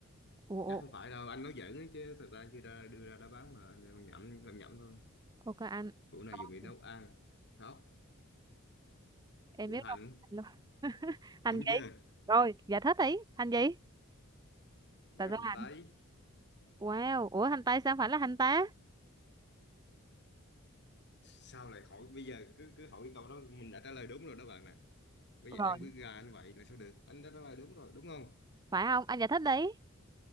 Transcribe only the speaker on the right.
ủa
ủa
ok anh
Rồi,
em
biết
rồi. Hành luôn <laughs> hành
gì
rồi giải thích đi hành gì tại
sao
hành
wow ủa hành tây sao phải là hành tá
rồi
phải không anh giải thích đi